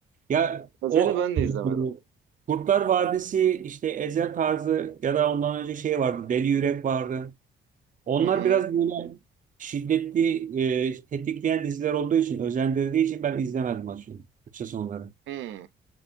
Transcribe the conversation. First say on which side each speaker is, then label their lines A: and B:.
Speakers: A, on the right; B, on the right.
A: Ya
B: Ezel'i
A: o
B: ben de
A: bu
B: izlemedim.
A: Kurtlar Vadisi işte Ezel tarzı ya da ondan önce şey vardı Deli Yürek vardı. Onlar
B: Hı hı.
A: biraz böyle şiddetli, e, tetikleyen diziler olduğu için, özendirdiği için ben izlemedim açı- açıkçası onları.
B: Hı,